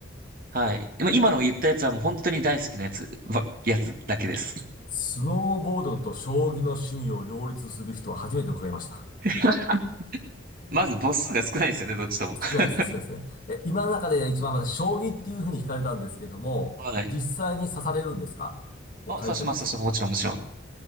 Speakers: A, on the right; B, on the left.
A: はい。でも今の言ったやつはもう本当に大好きなやつ、ば、やつだけです。
B: スノーボードと将棋の趣味を両立する人は初めて伺いました。
A: <laughs> まず母数が少ないですよね、どっちとも。
B: 少ないですね、
A: <laughs>
B: 少ないですね。え、今の中で一番私、将棋っていうふうに惹かれたんですけども、
A: はい。
B: 実際に指されるんですかこう対局とか。
A: あ、刺します、刺します。もちろん、もちろん。